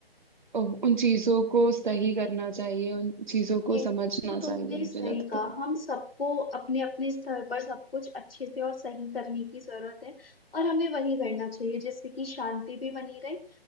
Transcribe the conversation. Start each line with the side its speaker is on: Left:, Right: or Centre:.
Right: उन चीजों को सही करना चाहिए उन चीजों को
Left: ये
Right: समझना
Left: तो तुमने
Right: चाहिए मुझे
Left: सही
Right: लगता
Left: कहा
Right: है
Left: हम सबको अपने अपने स्तर पर सब कुछ अच्छे से और सही करने की जरूरत है और हमें वही करना चाहिए जिससे कि शांति भी बनी रहे